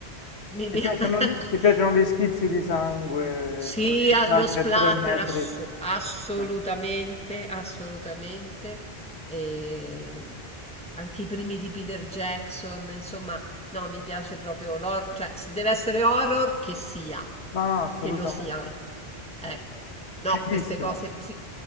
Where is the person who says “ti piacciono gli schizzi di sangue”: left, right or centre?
Left